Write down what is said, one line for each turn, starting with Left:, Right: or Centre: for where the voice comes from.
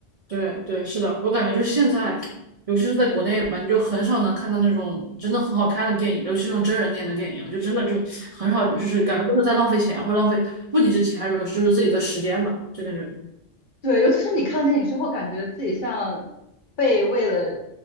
Right: 对对，是的，我感觉就是现在，尤其是在国内吧，你就很少能看到那种真的很好看的电影，尤其是那种真人电影的电影，就真的就很少，就是感觉都是在浪费钱，
Left: 嗯，
Right: 或浪费不仅是钱，还有就是自己的时间吧，就感觉
Left: 对，尤其是你看电影之后，感觉自己像被为了，